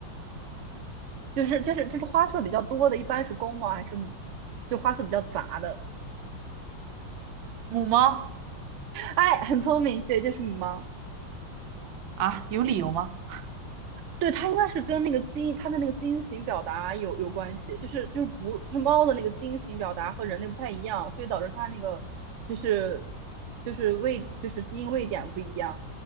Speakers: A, on the right (about 65°); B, on the right (about 80°).
A: 就是就是就是花色比较多的，一般是公猫还是母？就花色比较杂的。
B: 母猫
A: 哎，很聪明，对，就是母猫。
B: 啊，有理由吗？<laughs>
A: 对，它应该是跟那个基因，它的那个基因型表达有有关系，就是就是不就是猫的那个基因型表达和人类不太一样，所以导致它那个就是就是位就是基因位点不一样。